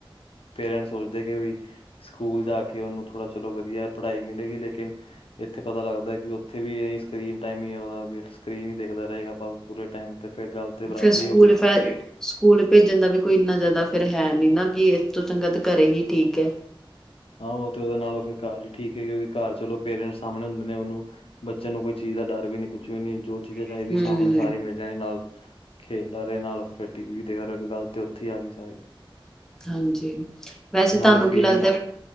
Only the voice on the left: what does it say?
ਪੇਰੈਂਟਸ ਸੋਚਦੇ ਕਿ ਵੀ, ਸਕੂਲ ਜਾ ਕੇ ਉਹਨੂੰ ਥੋੜ੍ਹਾ ਚਲੋ ਵਧੀਆ ਪੜ੍ਹਾਈ ਮਿਲੇਗੀ ਲੇਕਿਨ ਇੱਥੇ ਪਤਾ ਲੱਗਦਾ ਕਿ ਉੱਥੇ ਵੀ ਇਹ ਸਕਰੀਨ ਟਾਈਮ ਹੀ ਉਹਦਾ, ਸਕਰੀਨ ਹੀ ਦੇਖਦਾ ਰਹੇਗਾ ਆਪ ਪੂਰੇ ਟਾਈਮ ਤੇ ਫਿਰ ਗੱਲ ਤੇ ਬਰਾਬਰ
ਹੀ ਹੋ ਗਈ
ਹਾਂ ਉਹ ਤੇ ਉਹਦੇ ਨਾਲੋਂ ਫਿਰ ਘਰ ਹੀ ਠੀਕ ਹੈ ਕਿਉਂਕਿ ਘਰ ਚਲੋ ਪੇਰੈਂਟਸ ਸਾਹਮਣੇ ਹੁੰਦੇ ਨੇ ਉਹਨੂੰ ਬੱਚੇ ਨੂੰ ਕੋਈ ਚੀਜ਼ ਦਾ ਡਰ ਵੀ ਨਹੀਂ ਕੁਛ ਵੀ ਨਹੀ, ਜੋ ਚੀਜ਼ਾਂ ਚਾਹੀਦੀ
ਸਾਹਮਣੇ
ਸਾਰੇ ਮਿਲ ਜਾਣੇ ਨਾਲ ਖੇਲਦਾ ਰਿਹਾ ਨਾਲ ਫਿਰ ਟੀ ਵੀ ਦੇਖ ਰਹੇ ਗੱਲ ਤੇ ਉੱਥੇ ਆ ਗਈ ਸਾਰੀ
ਨਾਲੇ ਫੀ